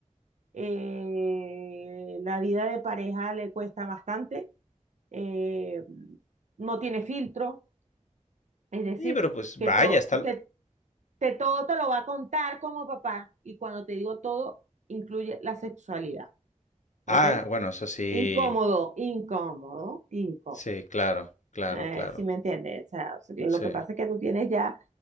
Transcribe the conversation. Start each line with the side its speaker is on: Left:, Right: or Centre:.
Right: eh, la vida de pareja le cuesta bastante eh, no tiene filtro, es decir,
Left: Sí, pero pues
Right: que,
Left: vaya,
Right: to-
Left: está...
Right: que te, todo te lo va a contar como papá y cuando te digo todo, incluye la sexualidad, ¿ok?
Left: Ah, bueno, eso sí,
Right: Incómodo, incómodo, incómodo.
Left: sí, claro, claro,
Right: Eh,
Left: claro,
Right: si me entiendes? O sea, lo
Left: sí.
Right: que pasa es que tú tienes ya